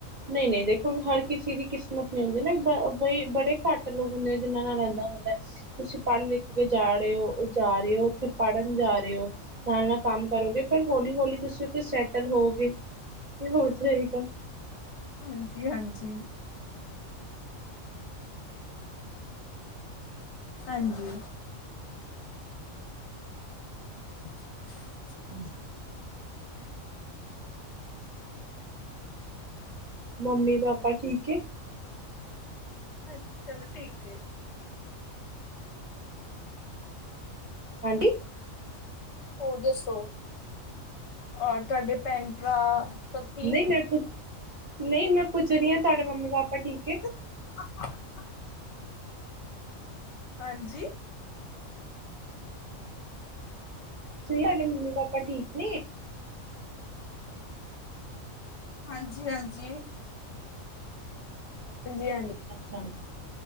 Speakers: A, on the right (about 40°); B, on the left (about 65°).
A: ਨਹੀਂ ਨਹੀਂ ਦੇਖੋ ਹਰ ਕਿਸੇ ਦੀ ਕਿਸਮਤ ਨਹੀਂ ਹੁੰਦੀ ਨਾ ਬ ਬਈ ਬੜੇ ਘੱਟ ਲੋਕ ਹੁੰਦੇ ਜਿਨਾਂ ਨਾਲ ਇੱਦਾ ਹੁੰਦੈ। ਤੁਸੀਂ ਪੜ੍ਹ ਲਿਖ ਕੇ ਜਾ ੜੇ ਹੋ ਜਾ ਰਹੇ ਹੋ ਉੱਥੇ ਪੜ੍ਹਨ ਜਾ ਰਹੇ ਹੋ। ਨਾਲ ਨਾਲ ਕੰਮ ਕਰੋਗੇ ਫਿਰ ਹੌਲੀ ਹੌਲੀ ਤੁਸੀਂ ਉੱਥੇ ਸੈਟਲ ਹੋਗੇ ਤੇ ਹੋ ਜਾਏਗਾ।
B: ਹਾਂਜੀ ਹਾਂਜੀ ਹਾਂਜੀ <inaudible>
A: ਹ <inaudible> ਮੰਮੀ ਪਾਪਾ ਠੀਕ ਏ।
B: ਹਾਂਜੀ ਚਲੋ ਠੀਕ ਏ।
A: <unintelligible>
B: ਹੋਰ ਦੱਸੋ ਔਰ ਤੁਹਾਡੇ ਭੈਣ ਭਰਾ ਸਭ ਠੀਕ
A: ਨਹੀਂ ਮੈਂ ਪੁ ਨਹੀਂ ਮੈਂ ਪੁੱਛ ਰੀ ਆਂ ਤੁਹਾਡੇ ਮੰਮੀ ਪਾਪਾ ਠੀਕ ਏ।
B: <unintelligible> <inaudible> ਹਾਂਜੀ
A: ਤੁਹੀ ਹਾਡੇ ਮੰਮੀ ਪਾਪਾ ਠੀਕ ਨੇ
B: ਹਾਂਜੀ ਹਾਂਜੀ ਹਾਂਜੀ ਹਾਂਜੀ
A: ਅੱਛਾ ਅੱਛਾ